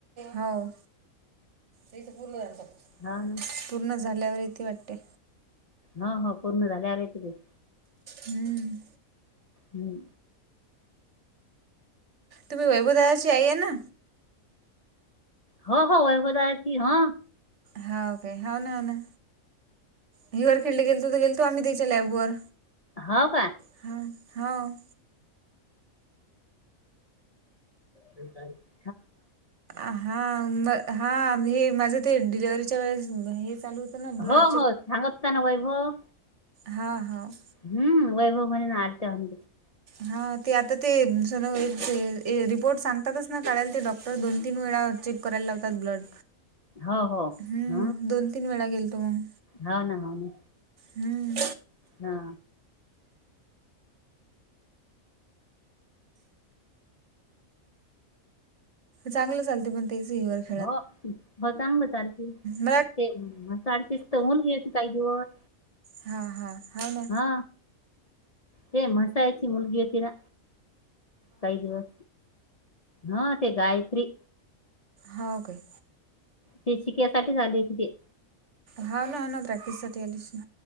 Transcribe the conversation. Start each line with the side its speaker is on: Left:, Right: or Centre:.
Right: हो पूर्ण <inaudible>
Left: हा ना
Right: पूर्ण झाल्यावर येते वाटते.
Left: हो हो पूर्ण झाल्यावर येते ते.
Right: हम्म.
Left: हम्.
Right: तुम्ही वैभवदादाची आईे आहे ना?
Left: हो हो वैभव दादाची हा
Right: हाव काय हा ना ह ना हिवर खेळले गेलतो तर गेलतो आम्ही त्याच्या लॅब वर.
Left: हो का.
Right: हा हाव.
Left: ते काय <inaudible>
Right: अ हा. म हा हे माझं ते डिलेवर्हीच्या वेळेस हे चालू ना ब्लड
Left: हो हो सांगत होता ना वैभव.
Right: हा हाव.
Left: हम्, वैभव म्हणे <unintelligible> आतेम
Right: हा. ते आता ते सोनोग्राफी चे रिपोर्ट सांगतातच ना कढायला ते डॉक्टर दोन तीन वेळा चेक करायला लावतात ब्लड,
Left: हो हो
Right: हम
Left: ह
Right: दोन तीन वेळा गेल तो मग.
Left: हो ना, हो ना,
Right: हम्म.
Left: हा.
Right: चांगलं चालते पण तेच <unintelligible> ह
Left: हो हो चांगलं चालते
Right: मला
Left: तेडखस <unintelligible> तर मुल घेती काही दिवस
Right: हा, हा, हाव ना.
Left: हा, ते म्हसाळा ची मुलगी होती ना. काय दिवस, हा ते गायत्री
Right: हो काय.
Left: ते शिकण्यासाठीच आली होती ती.
Right: हा ना, हा ना, प्रॅक्टिस साठी आली असेल.